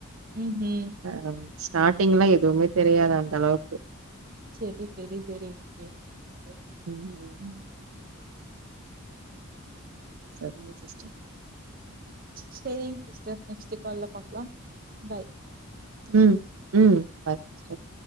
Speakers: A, on the right; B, on the right.
A: ம்ஹும்
B: ஹகம் ஸ்டார்டிங்கெல்லா எதுவுமே தெரியாது அந்த அளவுக்கு
A: செரி செரி தெரியும் ஆ
B: உகுகும் செரிங்க சிஸ்டர்
A: செரிங் சிஸ்டர் நெக்ஸ்டு கால்ல பாக்கலாம் பாய்
B: உம் உம் பாய் சிஸ்டர்